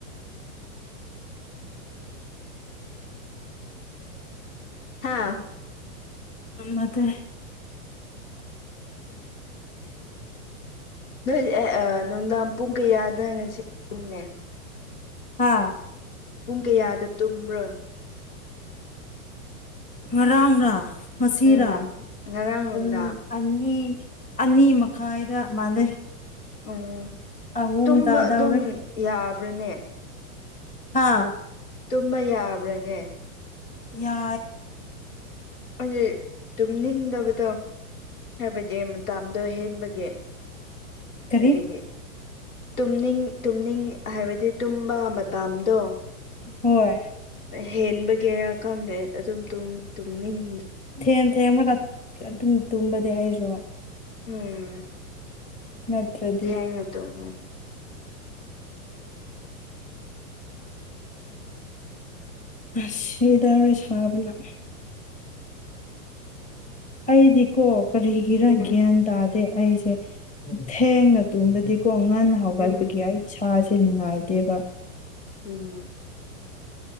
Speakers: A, on the left; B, on the left.
A: ꯍꯥꯥ
B: ꯃꯦ
A: ꯅꯣꯏ ꯅꯨꯡꯗꯥꯡ ꯄꯨꯡ ꯀꯌꯥꯗ ꯉꯁꯤ ꯆꯨꯝꯃꯦ
B: ꯍꯥꯥ
A: ꯄꯨꯡ ꯀꯌꯥꯗ ꯇꯨꯝꯔꯣꯏ
B: ꯉꯔꯥꯡꯔꯥ ꯉꯁꯤꯔꯥ
A: ꯎꯝ ꯉꯔꯥꯡ
B: ꯄꯨꯡ
A: ꯅꯨꯡꯗꯥꯡ
B: ꯑꯅꯤ ꯑꯅꯤ ꯃꯈꯥꯏꯗ ꯃꯥꯜꯂꯦ
A: ꯎꯝ
B: ꯑꯍꯨꯝꯗ
A: ꯇꯨꯝꯕ ꯑꯗꯨꯝ
B: ꯗꯧꯔꯦ
A: ꯌꯥꯕ꯭ꯔꯅꯦ
B: ꯍꯥꯥ
A: ꯇꯨꯝꯕ ꯌꯥꯕ꯭ꯔꯥꯅꯦ
B: ꯌꯥ
A: ꯍꯥꯏꯗꯤ ꯇꯨꯝꯅꯤꯡꯗꯕꯗꯣ ꯍꯥꯏꯕꯗꯤ ꯃꯇꯥꯝꯗꯣ ꯍꯦꯟꯕꯒꯤ
B: ꯀꯔꯤ
A: ꯑꯗꯨꯗꯒꯤ ꯇꯨꯝꯅꯤꯡ ꯇꯨꯝꯅꯤꯡ ꯍꯥꯏꯕꯗꯤ ꯇꯨꯝꯕ ꯃꯇꯝꯗꯣ
B: ꯍꯣꯏꯣꯏ
A: ꯍꯦꯟꯕꯒꯤꯦꯔꯥ ꯈꯪꯗꯦ ꯑꯗꯨꯝ ꯇꯨꯝꯅꯤꯡ
B: ꯊꯦꯡ ꯊꯦꯡ ꯑꯃꯅ ꯑꯗꯨꯝ ꯇꯨꯝꯕꯗꯤ ꯑꯩꯁꯨ
A: ꯎꯝ
B: ꯅꯠꯇ꯭ꯔꯗꯤꯞ
A: ꯊꯦꯡꯅ ꯇꯨꯝꯃꯦ
B: ꯑꯁꯤꯗ ꯑꯣꯏꯅ ꯁꯥꯕꯅ ꯑꯩꯗꯤꯀꯣ ꯀꯔꯤꯒꯤꯔꯒꯦ
A: ꯎꯝ
B: ꯇꯗꯦ ꯑꯩꯁꯦ ꯊꯦꯡꯅ ꯇꯨꯝꯗꯗꯤꯀꯣ ꯉꯟꯅ ꯍꯒꯠꯄꯒꯤ
A: ꯎꯝ
B: ꯑꯩ ꯏꯁꯥꯁꯦ ꯁꯤ ꯅꯨꯡꯉꯥꯏꯗꯦꯕ
A: ꯎꯝ